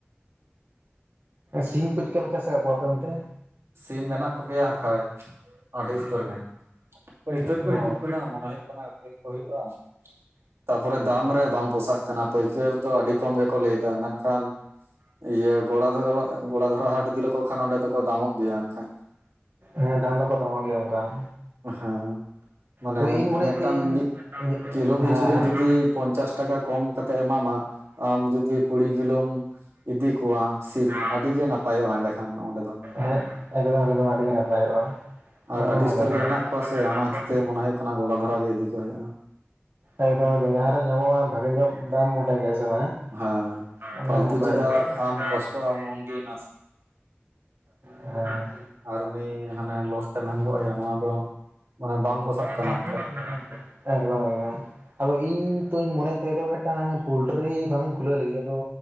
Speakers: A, on the right; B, on the right.
A: ᱥᱤᱢ ᱠᱚ ᱪᱮᱫᱠᱟ ᱯᱮ ᱪᱟᱥ ᱠᱟᱜ ᱠᱚᱣᱟ ᱟᱯᱮ ᱚᱱᱛᱮ?
B: ᱥᱤᱢ ᱢᱮᱱᱟᱜ ᱠᱚᱜᱮᱭᱟ ᱦᱟᱜ ᱠᱷᱟᱸᱡ ᱟᱹᱰᱤ ᱩᱛᱟᱹᱨ ᱜᱮ ᱯᱟᱹᱭᱠᱟᱹᱨ ᱠᱚ
A: ᱚ
B: ᱦᱤᱡᱩᱜ ᱠᱟᱱᱟ ᱢᱚᱱᱮ ᱦᱩᱭᱩᱜ ᱠᱟᱱᱟ ᱟᱠᱷᱨᱤᱧ ᱠᱚ ᱦᱩᱭᱩᱜᱼᱟ ᱛᱟᱯᱚᱨᱮ ᱫᱟᱢ ᱨᱮ ᱵᱟᱝ ᱯᱚᱥᱟᱜ ᱠᱟᱱᱟ ᱯᱟᱹᱭᱠᱟᱹᱨ ᱫᱚ ᱟᱹᱰᱤ ᱠᱚᱢ ᱜᱮᱠᱚ ᱞᱟᱹᱭ ᱫᱟ ᱢᱮᱱᱠᱷᱟᱱᱼᱼ ᱤᱭᱟᱹ ᱜᱚᱲᱟᱫᱷᱚᱨᱟ ᱜᱚᱲᱟᱫᱷᱚᱨᱟ ᱦᱟᱴ ᱤᱫᱤ ᱞᱮᱠᱚ ᱠᱷᱟᱱ ᱚᱸᱰᱮ ᱫᱚᱠᱚ ᱫᱟᱢᱚᱜ ᱜᱮᱭᱟ ᱦᱟᱜ ᱠᱷᱟᱱ
A: ᱦᱮᱸ ᱫᱟᱢ ᱫᱚᱠᱚ ᱫᱟᱢᱚᱜ ᱜᱮᱭᱟ ᱚᱱᱠᱟ
B: ᱦᱮᱸ ᱢᱟᱱᱮ
A: ᱛᱚ ᱤᱧ ᱢᱚᱱᱮᱭᱮᱫ
B: ᱢᱤᱫᱴᱟᱝ
A: ᱛᱟᱦᱮᱸᱧ
B: ᱢᱤᱫ ᱠᱤᱞᱳ
A: ᱦᱮᱸ
B: ᱯᱤᱪᱷᱩ ᱨᱮ ᱡᱩᱫᱤ ᱯᱚᱧᱪᱟᱥ ᱴᱟᱠᱟ ᱠᱚᱢ ᱠᱟᱛᱮ ᱮᱢᱟᱢᱟᱼᱼ ᱟᱢ ᱡᱩᱫᱤ ᱠᱩᱲᱤ ᱠᱤᱞᱳᱢᱼᱼ ᱤᱫᱤ ᱠᱚᱣᱟ ᱥᱤᱢ
A: ᱦᱮᱸ
B: ᱟᱹᱰᱤ ᱜᱮ ᱱᱟᱯᱟᱭᱚᱜᱼᱟ ᱚᱸᱰᱮ ᱫᱚ
A: ᱦᱮᱸ ᱮᱠᱫᱚᱢ ᱮᱠᱫᱚᱢ ᱟᱹᱰᱤ ᱜᱮ ᱱᱟᱯᱟᱭᱚᱜᱼᱟ
B: ᱟᱨ
A: ᱚᱱᱟ
B: ᱟᱹᱰᱤ ᱩᱥᱛᱟᱹᱨ
A: ᱠᱟᱛᱷᱟ ᱠᱟᱱᱟ
B: ᱜᱮ ᱢᱮᱱᱟᱜ ᱠᱚᱣᱟ ᱥᱮ ᱚᱱᱟ ᱠᱷᱟᱹᱛᱤᱨ ᱛᱮ ᱢᱚᱱᱮ ᱦᱩᱭᱩᱜ ᱠᱟᱱᱟ ᱜᱚᱲᱟ ᱫᱷᱚᱨᱟ ᱜᱮ ᱤᱫᱤ ᱠᱚ ᱦᱩᱭᱩᱜᱼᱟ
A: ᱮᱠᱫᱚᱢ ᱡᱟᱦᱟᱸ ᱨᱮ ᱧᱟᱢᱚᱜᱼᱟ ᱵᱷᱟᱜᱮ ᱧᱚᱜ ᱫᱟᱢ ᱚᱸᱰᱮ ᱜᱮ ᱦᱮᱸ ᱥᱮ ᱵᱟᱝ
B: ᱦᱮᱸ
A: ᱚᱱᱟ
B: ᱯᱷᱟᱞᱛᱩ
A: ᱱᱟᱯᱟᱭᱚᱜ
B: ᱪᱮᱫᱟᱜ
A: ᱠᱟᱹᱴᱤᱡ
B: ᱟᱢ ᱠᱚᱥᱴᱚ ᱟᱢ ᱩᱱᱫᱤᱱ ᱱᱟᱥᱼ
A: ᱦᱮᱸ
B: ᱟᱨ ᱩᱱᱤ ᱦᱟᱱᱮ ᱞᱚᱥ ᱛᱮᱢ ᱮᱢ ᱜᱚᱫ ᱟᱭᱟ ᱱᱚᱣᱟ ᱫᱚ ᱢᱟᱱᱮ ᱵᱟᱝ ᱯᱚᱥᱟᱜ
A: ᱢᱟᱱᱮ
B: ᱠᱟᱱᱟ
A: ᱵᱟᱝ ᱯᱚᱴᱟᱜ
B: ᱠᱷᱟᱡ
A: ᱠᱟᱱᱟ ᱟᱨ ᱪᱮᱫ, ᱮᱠᱫᱚᱢ ᱮᱠᱫᱚᱢ ᱟᱫᱚ ᱤᱧ ᱛᱚᱧ ᱢᱚᱱᱮ ᱮᱫ ᱛᱟᱦᱮᱸ ᱫᱚ ᱢᱤᱫᱴᱟᱝ ᱯᱳᱞᱴᱨᱤ ᱯᱷᱟᱨᱢ ᱤᱧ ᱠᱷᱩᱞᱟᱹᱭ ᱞᱟᱹᱜᱤᱫ ᱟᱫᱚ